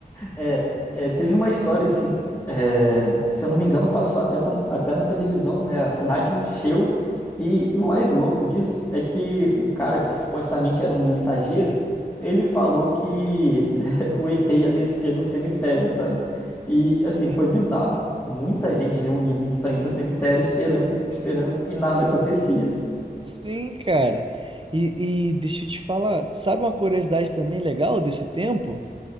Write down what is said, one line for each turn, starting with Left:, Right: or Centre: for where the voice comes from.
Left: É, é, teve uma história assim, é, se eu não me engano, passou até, ta- até na televisão, né? A cidade encheu. E o mais louco disso é que o cara que supostamente era um mensageiro, ele falou que <laughs> o ET ia descer no cemitério, sabe? E assim,
Right: Sim,
Left: foi bizarro. Muita gente reunida em frente ao cemitério esperando, esperando, e nada acontecia.
Right: sim, cara. E, e deixa eu te falar, sabe uma curiosidade também legal desse tempo?